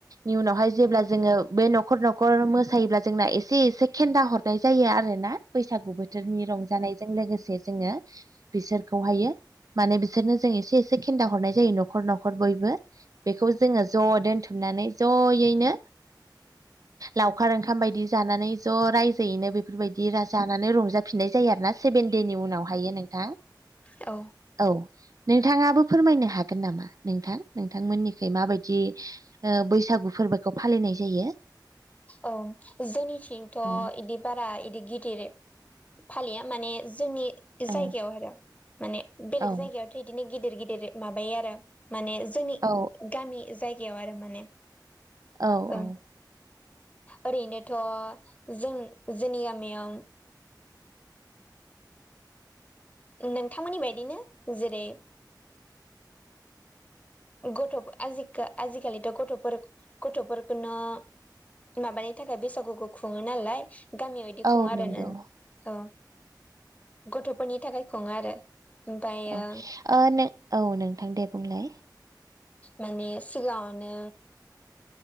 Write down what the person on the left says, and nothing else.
औ।
औ जोंनि जोंनिथिंथ'
इदिब। बारा इदि गिदिर फालिया माने जोंनि। जायगायाव
आरो माने बेलेग
जायगायावथ' इदिनो गिदिर-गिदिर माबायो आरो। माने जोंनि
गामि जायगायाव आरो माने।
ओं ओरैनोथ' जों जोंनि गामियाव। नोंथांमोननि बायदिनो जेरै। गथ' आजिखा-आजिखालिथ' गथ'फोर-गथ'फोरखौनो। माबानि थाखाय बैसागुखौ खुङो नालाय। गामियाव इदि
खुङा आरो
ना औ गथ'फोरनि थाखाय खुङो आरो। ओमफ्रायो
माने सिगाङावनो।